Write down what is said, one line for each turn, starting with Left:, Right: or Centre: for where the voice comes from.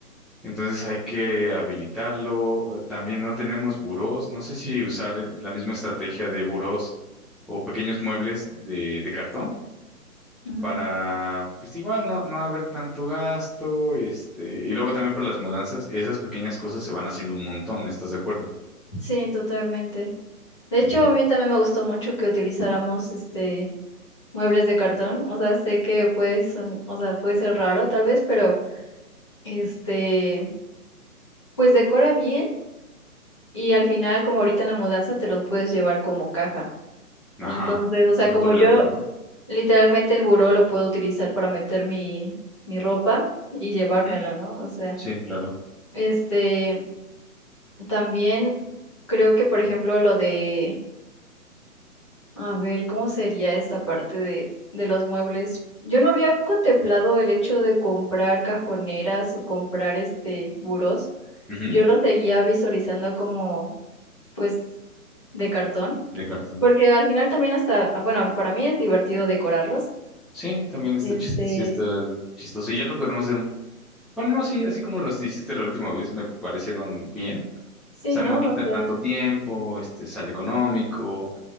Centre: entonces hay que habilitarlo, eh, también no tenemos burós, no sé si usar la misma estrategia de burós o pequeños muebles de, de cartón
Left: Ujú.
Centre: para, pues igual, no, no haber tanto gasto, este, y luego también para las mudanzas, esas pequeñas cosas se van haciendo un montón, ¿estás de acuerdo?
Left: Sí, totalmente. De hecho,
Centre: Ujú.
Left: a mí también me gustó mucho que utilizáramos este muebles de cartón, o sea, sé que pues son, o sea, puede ser raro tal vez, pero este, pues decora bien y al final como ahorita en la mudanza te los puedes llevar como caja.
Centre: Ajá,
Left: Entonces, o sea,
Centre: son
Left: como
Centre: doble
Left: yo
Centre: uso, no
Left: literalmente el buró lo puedo utilizar para meter mi, mi ropa y llevármelo,
Centre: Ujú.
Left: ¿no? O sea,
Centre: Sí, claro.
Left: este, también creo que, por ejemplo, lo de, a ver, ¿cómo sería esta parte de, de los muebles? Yo no había contemplado el hecho de comprar cajoneras o comprar este burós.
Centre: Ujú,
Left: Yo lo seguía visualizando como, pues, de cartón,
Centre: De cartón.
Left: porque al final también hasta, ah, bueno, para mí es divertido decorarlos.
Centre: Sí, también está,
Left: Este,
Centre: chis- sí está chistoso. Y ya lo podemos hacer un... Bueno, no, sí, así como los hiciste la última vez, me parecieron bien. O
Left: Sí,
Centre: sea,
Left: ¿no?
Centre: no quita
Left: O sea,
Centre: tanto tiempo, este, sale económico.